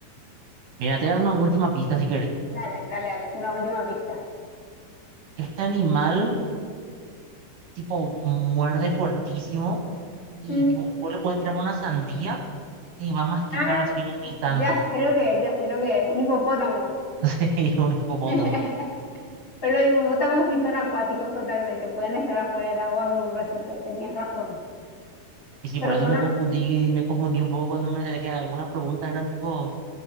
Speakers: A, on the right (about 70°); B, on the left (about 45°).
A: Mira, te voy a dar una última pista si querés.
B: Dale, dale, dale, una última pista.
A: Este animal, tipo, muerde fuertísimo y,
B: Mm.
A: tipo, vos le puedes tirar una sandía y va a masticar
B: Ah,
A: así en un instante.
B: ya sé lo que es, ya sé lo que es, un hipopótamo.
A: <laughs> Sí, un hipopótamo.
B: <laughs> Pero los hipopótamos sí son acuáticos totalmente, pueden estar afuera del agua por un ratito, tenías razón.
A: Y sí,
B: pero
A: por eso
B: son,
A: me
B: a-
A: confundí, me confundí un poco cuando me, que algunas preguntas eran tipo